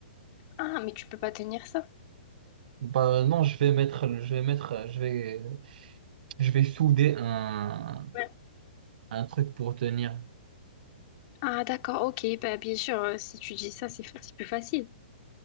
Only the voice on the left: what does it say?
Ah, mais tu peux pas tenir ça.
Ouais.
Ah, d'accord, ok. Bah, bien sûr, euh, si tu dis ça, c'est fa- c'est plus facile.